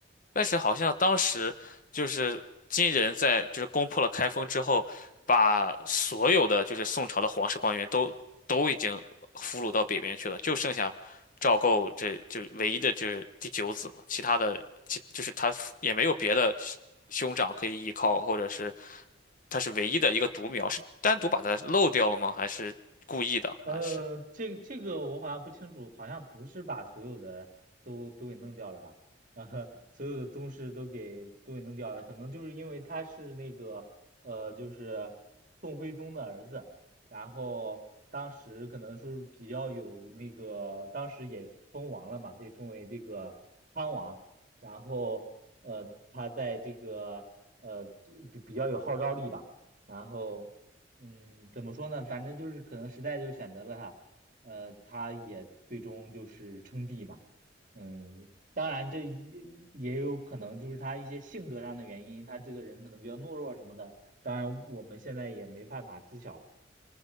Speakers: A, on the left; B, on the right.
A: 但是好像当时就是金人在就是攻破了开封之后，把所有的就是宋朝的皇室官员都都已经俘虏到北边去了，就剩下赵构这就唯一的这第九子嘛，其他的其就是他也没有别的兄兄长可以依靠，或者是他是唯一的一个独苗，是单独把他漏掉了吗？还是故意的？
B: 呃，
A: 还是？
B: 这这个我好像不清楚，好像不是把所有的都都给弄掉了吧？呃，<laughs> 所有的宗室都给都给弄掉了，可能就是因为他是那个呃，就是宋徽宗的儿子，然后当时可能说是比较有那个，当时也封王了嘛，被封为这个康王，然后呃，他在这个呃这比比较有号召力吧，然后。嗯，怎么说呢？反正就是可能时代就选择了他，呃，他也最终就是称帝嘛。嗯，当然这也也有可能就是他一些性格上的原因，他这个人可能比较懦弱什么的。当然，我们现在也没办法知晓。